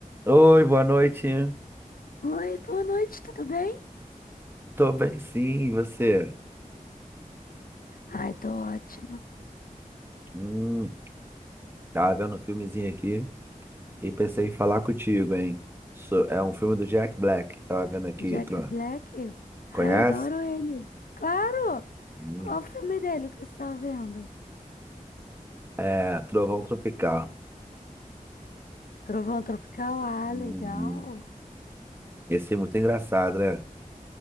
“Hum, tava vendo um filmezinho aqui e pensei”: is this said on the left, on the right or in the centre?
Right